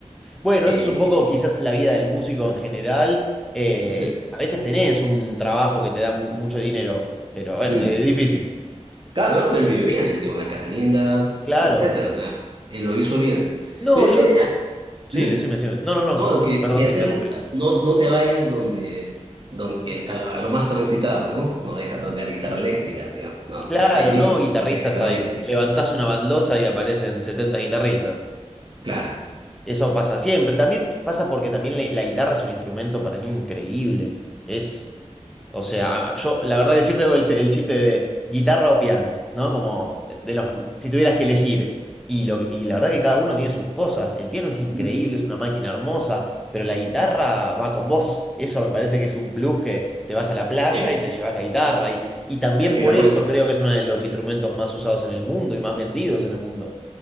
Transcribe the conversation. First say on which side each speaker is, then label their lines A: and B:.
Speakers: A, in the centre; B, on the right.
A: Bueno,
B: eh,
A: eso es un poco quizás la vida del músico en general. Eh,
B: o sea,
A: a veces tenés un trabajo que te da mu- mucho dinero, pero bueno,
B: mm,
A: es difícil.
B: claro, ¿no? pero él vive bien, él tiene una casa linda,
A: Claro.
B: etcétera, o sea, él lo hizo bien.
A: No,
B: Pero
A: yo...
B: es la idea,
A: Sí,
B: ¿m?
A: decime, decime. No, no, no.
B: ¿no? Lo que,
A: Perdón,
B: que hacer,
A: te interrumpí.
B: no, no te vayas donde, donde el- a lo, a lo más transitado, ¿no? No vayas a tocar guitarra eléctrica, digo, no,
A: Claro,
B: hay miles
A: no guitarristas
B: que tocan guitarra
A: ahí.
B: eléctrica,
A: Levantás una baldosa y aparecen 70 guitarristas.
B: claro.
A: Eso pasa siempre. También pasa porque también le- la guitarra es un instrumento para mí increíble. Es, o sea, a- yo la verdad que siempre hago el, te- el chiste de guitarra o piano, ¿no? Como de los, si tuvieras que elegir. Y, lo, y la verdad que cada uno tiene sus cosas. El piano es increíble,
B: Mm.
A: es una máquina hermosa, pero la guitarra va con vos. Eso me parece que es un plus que te vas a la playa
B: Eh,
A: y te llevas la guitarra. Y, y también
B: nah,
A: por
B: y la
A: eso
B: puedes,
A: creo que es uno de los instrumentos más usados en el mundo y más vendidos en el mundo.